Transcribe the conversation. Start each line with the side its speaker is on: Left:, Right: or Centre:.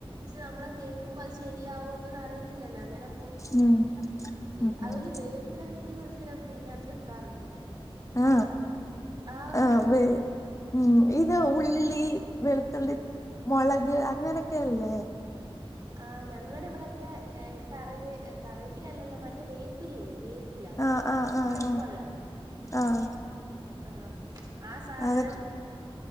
Right: ച്ചാ അമ്മളത് കേക്കുമ്പ അത് ശെരിയാവോന്ന് ന അറിയത്തില്ലല്ലോ അങ്ങനെ
Left: ഉം
Right: ചെയ്
Left: ഉം
Right: അതുപോലീ
Left: ഉം
Right: വേപ്പില തീറ്റി മത്സരോക്കെ ഇതിനാത്ത് വെക്കാറുണ്ട്
Left: ആ
Right: ആഹ് ഉണ്ട്
Left: ആ
Right: ഉണ്ട്
Left: വേ ഉം ഇത് ഉള്ളി വെളുത്തുള്ളി മൊളക് അങ്ങനൊക്കെയല്ലേ
Right: ആഹ് ഞങ്ങടെ ഇവിടെക്കെ ഏഹ് കറിവേ എ കറിവേപ്പിലയല്ലല്ലോ മറ്റേ വേപ്പിലല്ലേ വേ പ്പില്ലാ
Left: ആഹ് ആഹ് ആഹ്
Right: കയ്പ്പൊള്ളെ
Left: ആഹ് ആഹ്
Right: ആഹ് ആ സാധനം
Left: അത്